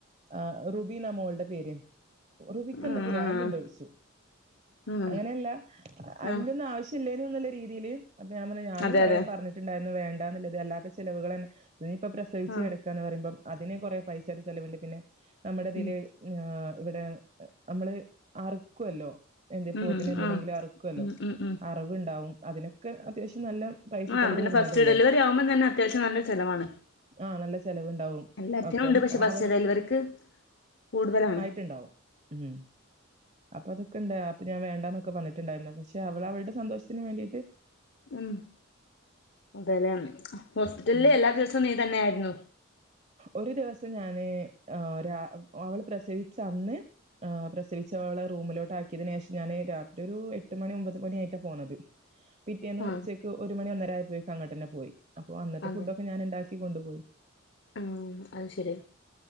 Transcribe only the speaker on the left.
ആഹ്
ഉം
ആഹ്
അതെ
അതെ
ആഹ്
ഉം
ഉം
ആഹ്
ഉം ഉം ഉം
ആ
പിന്നെ
ഫസ്റ്റ് ഡെലിവറി ആവുമ്പം തന്നെ അത്യാവശ്യം നല്ല സ്ഥലമാണ്
എല്ലാത്തിനും
ഉണ്ട് പക്ഷെ ബസ്
ഡൽവർക്ക് കൂട്തലാണ്
ഉം അതേലെ ഹോസ്പിറ്റല്ല്
എല്ലാ ദിവസോം നീ തന്നെ ആയിരുന്നു
ആഹ്
അതെ
ആഹ് അത് ശെരി